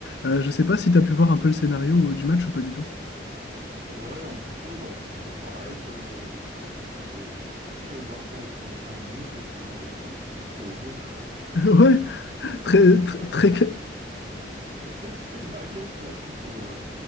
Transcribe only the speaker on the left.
Euh, je sais pas si t'as pu voir un peu le scénario euh, du match ou pas du tout. <laughs>
Ouais, très,
très,
très
cla-